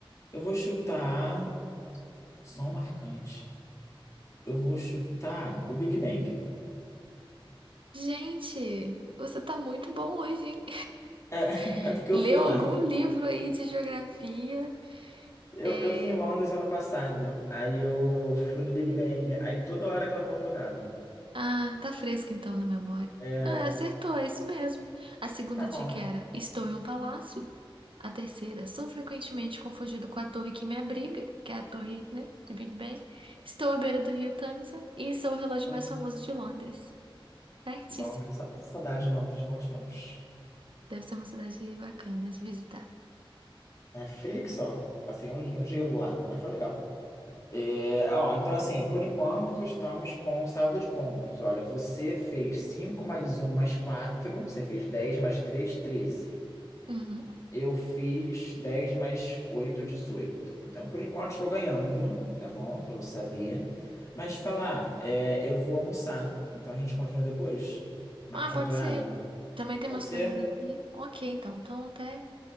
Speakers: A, on the left; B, on the right.
A: Eu vou chutar som marcante. Eu vou chutar o Big Bang.
B: Gente, você tá muito bom hoje, hein?
A: É, <laughs>
B: <laughs>
A: é porque
B: Leu
A: eu fui lá.
B: algum livro aí de geografia?
A: Eu,
B: É...
A: eu fui em Londres ano passado, aí eu fui no Big Bang, aí toda hora aquela porra tocava.
B: Ah, tá fresco então na memória.
A: É,
B: Ah, acertou, é isso mesmo. A segunda
A: tá bom.
B: dica era Estou em um palácio. A terceira, sou frequentemente confundido com a torre que me abriga, que é a torre, né, de Big Ben. Estou à beira do rio Tâmisa e sou o relógio
A: Hum,
B: mais famoso de Londres. Certíssimo.
A: Londres, sa- saudade de Londres, bons tempos.
B: Deve ser uma cidade bacana de visitar.
A: É fria que só, passei um, um gelo lá, mas foi legal. É, ó, então assim, por enquanto estamos com saldo de pontos. Olha, você fez 5 mais um mais 4, você fez 10 mais 3 13.
B: Uhum.
A: Eu fiz 10 mais 8 18. Então, por enquanto, estou ganhando, tá bom? Pra você saber. Mas falar, é, eu vou almoçar. Então, a gente continua depois. Marca
B: Ah, pode
A: um outro horário.
B: ser. Também tem
A: Pode
B: umas
A: ser?
B: coisas aqui. Ok, então. Então até,